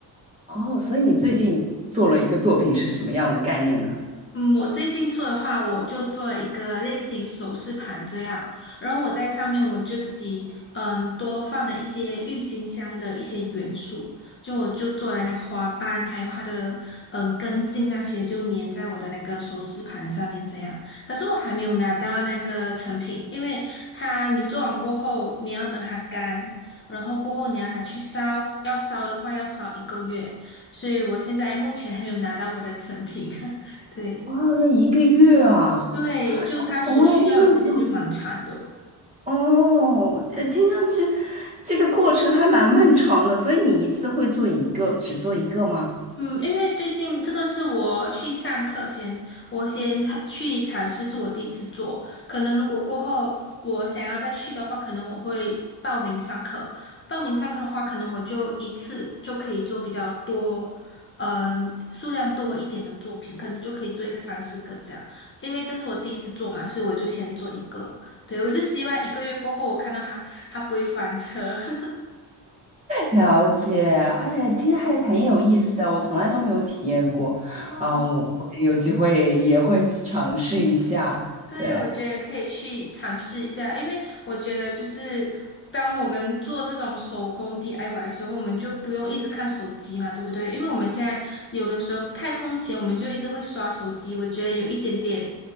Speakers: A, on the right (about 15°); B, on the left (about 30°).
A: 哦，所以你最近做了一个作品是什么样的概念呢？
B: 嗯，我最近做的话，我就做了一个类似于首饰盘这样，然后我在上面我就自己嗯多放了一些郁金香的一些元素，就我就做了那个花瓣，还有它的嗯根茎那些，就粘在我的那个首饰盘上面这样。可是我还没有拿到那个成品，因为它你做完过后，你要等它干，然后过后你要拿去烧，要烧的话要烧一个月，所以我现在目前还没有拿到我的成品。<laughs> 对。
A: 哦，要一个月啊！
B: 对，就他所需要的时间就蛮长的。
A: 从来都没有做。哦，呃听上去这个过程还蛮漫长的，所以你一次会做一个，只做一个吗？
B: 嗯，因为最近这个是我去上课先，我先尝去尝试，是我第一次做。可能如果过后我想要再去的话，可能我会报名上课。报名上课的话，可能我就一次就可以做比较多，嗯、数量多一点的作品，可能就可以做一个三四个这样。因为这是我第一次做嘛，所以我就先做一个。对，我就希望一个月过后，我看到它它不会翻车。<laughs>
A: 了解，哎，听还很有意思啊，我从来都没有体验过，
B: 哦。
A: 嗯，我我有机会也会去尝试一下，
B: 对，
A: 对，
B: 我觉得可以去尝试一下，因为我觉得就是当我们做这种手工 DIY 的时候，我们就不用一直看手机嘛，对不对？因为我们现在有的时候太空闲，我们就一直会刷手机，我觉得有一点点